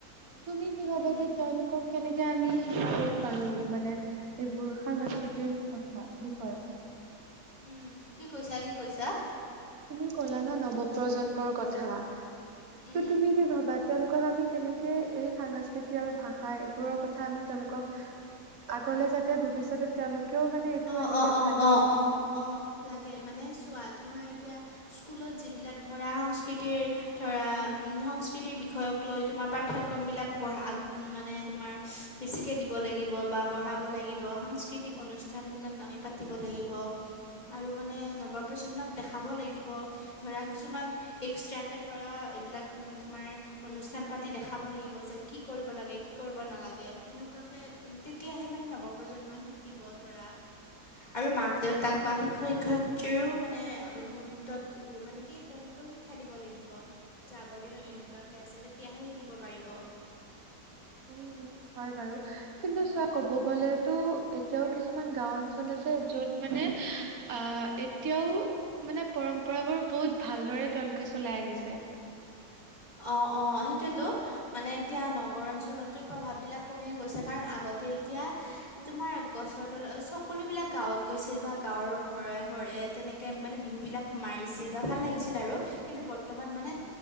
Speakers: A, on the right; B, on the left.
A: তুমি কি ভাবা
B: উম
A: যে তেওঁলোকক কেনেকে আমি শিকাব পাৰো মানে এইবোৰ সাংস্কৃতিৰ কথা বিষয়ে
B: উম কি কৈছা কি কৈছা?
A: তুমি ক'লা ন নৱপ্ৰজন্মৰ কথা
B: উম
A: ত তুমি কি ভাবা তেওঁলোকক আমি কেনেকে এই সংস্কৃতি আৰু ভাষা এইবোৰৰ কথা আমি তেওঁলোকক আগলে যাতে ভৱিষ্যতত তেওঁলোক কিও মানে এইটো
B: অ', অ',
A: এনেকে
B: অ',
A: ভালকে
B: অ', অ', অ', লাগে মানে চোৱা তোমাৰ এতিয়া স্কুলত যিবিলাক ধৰা সংস্কৃতিৰ ধৰা উ সংস্কৃতিৰ বিষয়ক লৈ তোমাৰ পাঠ্যক্ৰমবিলাক <unintelligible> মানে তোমাৰ বেছি দিব লাগিব বা বঢ়াব লাগিব সাংস্কৃতিক অনুষ্ঠান স্থানবিলাক আমি পাতিব লাগিব আৰু মানে নৱপ্ৰজন্মক দেখাব লাগিব ধৰা কিছুমান এক্সট্ৰাকে ধৰা এইবিলাক তোমাৰ অনুষ্ঠান পাতি দেখাব লাগিব যে, কি কৰিব লাগে কি কৰিব নালাগে সেনেকুৱাকে তেতিয়াহে মানে নৱপ্ৰজন্মই শিকিব। ধৰা আৰু মাক-দেউতাক বা শিক্ষয়-শিক্ষয়িত্ৰীৰো মানে অলপ গুৰুত্বত মানে কি তেওঁলোকে শিক্ষা দিব লাগিব, যে আগৰ দিনত এনেকুৱাকে আছিলে তেতিয়াহে শিকিব পাৰিব। <inaudible>
A: উম উম হয় বাৰু কিন্তু
B: উম
A: চোৱা কব
B: উম
A: গ'লেতো এতিয়াও কিছুমান গাওঁ অঞ্চল আছে য'ত মানে আহ এতিয়াও মানে পৰম্প ককৰাবোৰ বহুত ভালদৰে তেওঁলোকে চলাই আনিছে
B: অ', অ' সেই তো মানে এতিয়া নগৰ অঞ্চলতো প্ৰভাৱ বিলাক কমিয়ে গৈছে কাৰণ আগতে এতিয়া তোমাৰ গছৰ তলত সকলো বিলাক গাঁৱত গৈছিল বা গাঁৱৰ ঘৰে-ঘৰে তেনেকে মানে বিহু সেই বিলাক মাৰিছিল বা ভাল লাগিছিল আৰু কিন্তু বৰ্তমান মানে